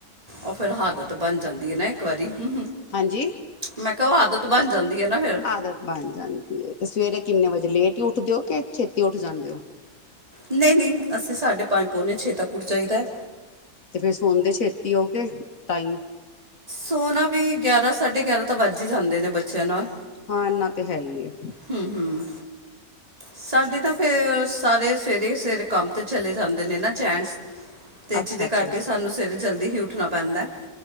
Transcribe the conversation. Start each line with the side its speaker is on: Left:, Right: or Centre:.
Right: ਉਹ ਫੇਰ ਹਾਦਤ ਬਣ ਜਾਂਦੀ ਐ ਨਾ ਇੱਕ ਵਾਰੀ ਹੂ
Left: ਹਾਂਜੀ
Right: ਮੈਂ ਕਿਹਾ ਓ ਆਦ -ਤ ਬਣ ਜਾਂਦੀ ਐ ਨਾ। ਫਿਰ
Left: ਆਦਤ ਬਣ ਜਾਂਦੀ ਏ, ਤੇ ਸਵੇਰੇ ਕਿੰਨੇ ਵਜੇ ਲੇਟ ਈ ਉੱਠ ਦੇ ਓ ਕਿ ਛੇਤੀ ਉੱਠ ਜਾਂਦੇ ਓ।
Right: ਨਈ- ਨਈ ਅਸੀਂ ਸਾਢੇ ਪੰਜ ਪੌਨੇ ਛੇ ਤੱਕ ਉੱਠ ਜਾਈਦਾ ਐ।
Left: ਤੇ ਫੇਰ ਸੋਦੇ ਛੇਤੀ ਹੋਓਗੇ ਟਾਇਮ
Right: ਸੋਣਾ ਵੀ ਗਿਆਰਾਂ ਸਾਢੇ ਗਿਆਰਾਂ ਤਾਂ ਵੱਜ ਈ ਜਾਂਦੇ ਨੇ ਬੱਚਿਆਂ ਨਾਲ।
Left: ਹਾਂ ਅਨਾਂ ਤਾਂ ਹੈ ਈ ਏ।
Right: ਹੂੰ- ਹੂੰ ਸਾਡੇ
Left: ਚਲੋ
Right: ਤਾਂ ਫੇਰ ਸਾਰੇ ਸਵੇਰੇ ਈ ਸਵੇਰ ਕੰਮ 'ਤੇ ਚਲੇ ਜਾਂਦੇ ਨੇ ਨਾ ਜੈਨਟਸ। ਤੇ
Left: ਅੱਛਾ
Right: ਜਿਹਦੇ
Left: ਅੱਛਾ
Right: ਕਰਕੇ ਸਾਨੂੰ ਸਵੇਰੇ ਜਲਦੀ ਹੀ ਉੱਠਣਾ ਪੈਂਦਾ।